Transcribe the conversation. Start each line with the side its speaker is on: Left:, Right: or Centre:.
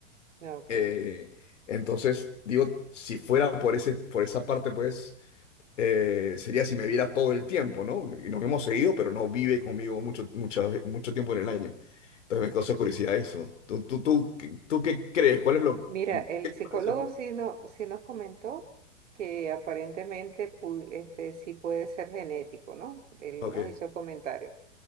Right: ah, ok.
Left: Eh, entonces, digo, si fuera por ese, por esa parte, pues eh, sería si me viera todo el tiempo, ¿no? Y nos hemos seguido, pero no vive conmigo mucho, mucho, mucho tiempo en el año. Entonces me causa curiosidad eso. ¿Tú, tú, tú, qué- tú qué crees? ¿Cuál es lo...
Right: Mira, el
Left: ¿Qué te
Right: psicólogo
Left: parece a ti?
Right: sí, no, sí nos comentó que aparentemente pu- este, sí puede ser genético, ¿no? Él
Left: Ok,
Right: nos hizo el comentario.